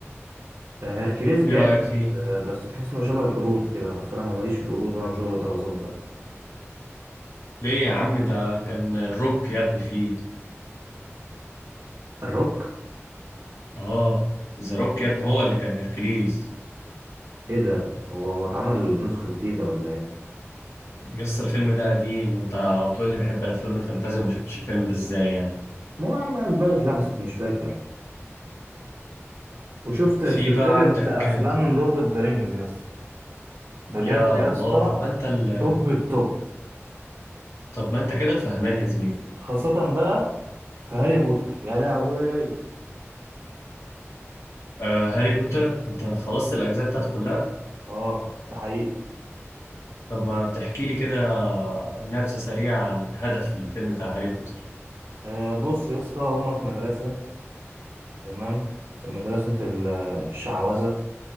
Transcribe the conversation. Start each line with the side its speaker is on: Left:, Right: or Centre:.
Right: آه، هيركليس جامد
Left: ايه رأيك فيه
Right: آه، بس تحس انه شبه القرود كده انا فانا ما ماليش في القرود انا مش شغل طرزان ده
Left: ليه يا عم ده كان الروك يا ابني فيه
Right: الروك
Left: اه ذا روك يا ابني هو اللي كان هيركليز
Right: ايه ده هو هو اتعمل نسخه جديده ولا ايه
Left: يس الفيلم ده قديم انت بتقول لي بحب الافلام الفانتازيا وما شفتش الفيلم ده ازاي يعني
Right: ما هو عم دماغي اتلحست مش فاكر وشفت
Left: في
Right: في سلسله
Left: بقى عندك
Right: افلام لورد اوف ذا رينجز يا اسطى بجد
Left: يا
Right: يا
Left: الله
Right: اسطى
Left: طب ما انت ال...
Right: توب التوب
Left: طب ما انت كده الفهمان يا زميلي
Right: خاصة بقى في هاري بوتر يا لهوي
Left: آه هاري بوتر انت خلصت الاجزاء بتاعته كلها
Right: اه ده حقيقي
Left: طب ما تحكي لي كده نبذة سريعة عن هدف الفيلم بتاع هاري بوتر
Right: آه بص يا اسطى هما في مدرسة تمام مدرسة ال- الشعوذة